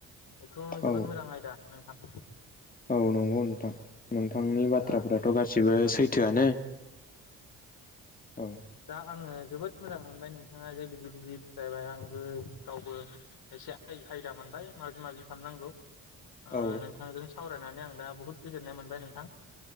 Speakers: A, on the left; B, on the left.
A: बेथ' जोबोद
B: औ
A: मोजां आयदा नों थां।
B: औ नंगौ नोंथां। नोंथांनि बाथ्राफथ'
A: दा आङो
B: गासिबो सैथोआनो। औ।
A: दा आङो जोबोद मोजां मोनबाय नोंथाङा जे बिदि बिदि बुजायबाय आंबो गावबो एसे आय खायदा मोनबाय माबि माबि खामनांगौ। ओ
B: औ
A: नोंथांजोंनो सावराय नानै आं दा बुहुद गोजोननाय मोनबाय नोंथां।